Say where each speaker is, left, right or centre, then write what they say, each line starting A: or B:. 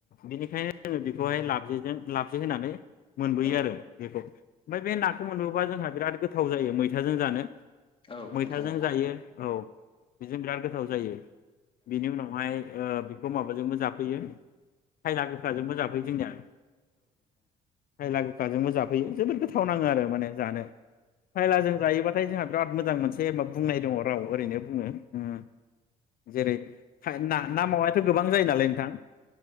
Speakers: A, on the left (about 55°); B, on the left (about 30°).
A: बेनिखायनो जोङो बेखौहाय लाबजेजों लाबजे होनानै मोनबोयो
B: नोंथां औ
A: आरो बेखौ ओमफ्राय बे नाखौ मोनबोबा जोंहा बिराद गोथाव जायो मै मैथाजों जानो
B: औ
A: मैथाजों
B: नोंथाङा
A: जायो औ बेजों बिराद गोथाव जायो बेनि उनावहाय बेखौ माबाजोंबो जाफैयो खायला गोखाजोंबो जाफैयो जोंनिया खायला गो गोखा जोंबो जाफैयो जोबोद गोथांव। गोथावनाङो आरो माने जानो खायला जों जायोबाथाय जोंहा बिराद मोजां मोनसे मा बुंनाय दङ। फाव ओरैनो बुंगोन जेरै ना गोबां जायो नालाय नोंथां